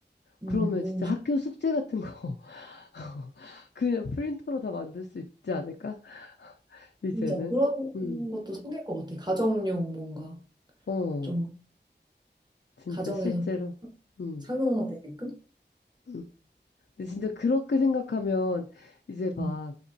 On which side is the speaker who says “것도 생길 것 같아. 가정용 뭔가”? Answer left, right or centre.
Right